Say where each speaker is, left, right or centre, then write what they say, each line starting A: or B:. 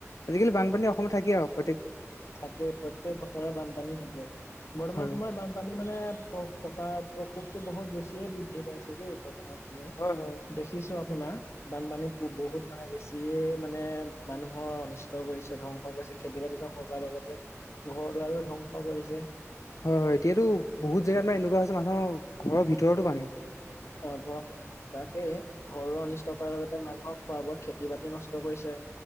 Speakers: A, on the left (about 80°); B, on the left (about 55°).
A: আজিকালি বানপানী অসমত থাকে আৰু প্ৰতেইক।
B: থাকেই প্ৰট্যক বছৰে বানপানী হব বৰ্তমান
A: হয়
B: সময়ত বানপানী মানে। প্ৰকা প্ৰকোপটো বহুত বেছিয়ে বৃদ্ধি পাইছে দেই বৰ্তমান সময়ত।
A: হয় হয়
B: দেখিছো আপোনাৰ বানপানীত বহুত মানে বেছিয়ে মানে মানুহৰ অনিষ্। নষ্ট কৰিছে ধ্বংস কৰিছে খেতি বাতি ধংস কৰাৰ লগতে ঘৰ দুৱাৰো ধ্বংস কৰিছে।
A: হয় হয় এতিয়াতো বহুত জেগাত মানে এনেকুৱা হৈছে মানুহৰ ঘৰৰ ভিতৰতো পানী।
B: অ ঘৰ তাকে ঘৰৰো অনিষ্ট কৰাৰ লগ। মানুহক খোৱা বোৱা খেতি বাতি নষ্ট কৰিছে।